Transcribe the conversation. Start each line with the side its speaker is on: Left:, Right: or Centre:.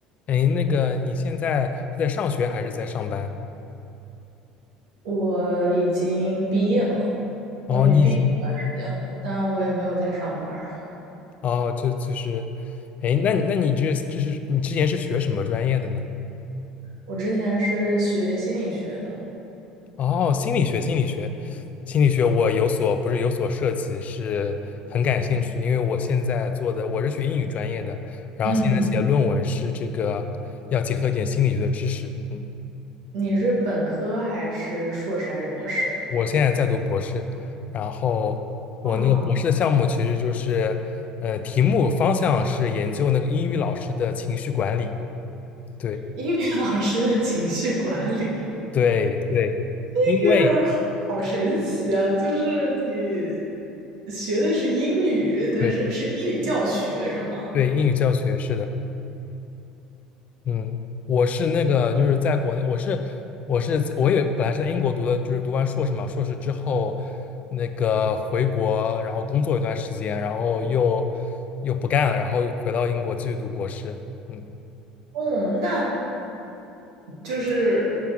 Left: 哎，那个，你现在是在上学还是在上班？
Right: 我已经毕业了，
Left: 哦，
Right: 我已经毕业一段时间了，
Left: 你已经，
Right: 但我也没有在上班儿
Left: 哦，就就是，哎，那那你这这是你之前是学什么专业的呢？
Right: 我之前是学心理学的。
Left: 哦，心理学，心理学，心理学，我有所不是有所涉及，是很感兴趣，因为我现在做的我是学英语专业的，然后现在写论文是这个要结合一点心理学的知识，
Right: 嗯，
Left: 嗯。
Right: 你是本科还是硕士还是博士？
Left: 我现在在读博士，然后我那个博士的项目其实就是，
Right: 啊，
Left: 呃，题目方向是研究那个英语老师的情绪管理。对
Right: 英语老师的情绪管理，
Left: 对对，
Right: 这个
Left: 因为
Right: 好神奇啊！就是你学的是英语，但是是英语教学是吗？
Left: 对对英语教学是的，嗯，我是那个就是在国内，我是我是我也本来是在英国读的，就是读完硕士嘛，硕士之后那个回国，然后工作一段时间，然后又又不干了，然后又回到英国继续读博士。嗯
Right: 哦，那就是